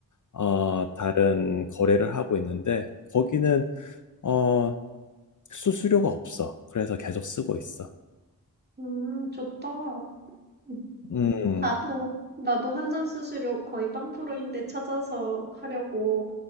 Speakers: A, on the left (about 55°); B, on the right (about 25°).
A: 어, 다른 거래를 하고 있는데 거기는 어, 수수료가 없어. 그래서 계속 쓰고 있어.
B: 음 좋다. 음
A: 음,
B: 나도 나도 환전 수수료 거의 로인데 찾아서 하려고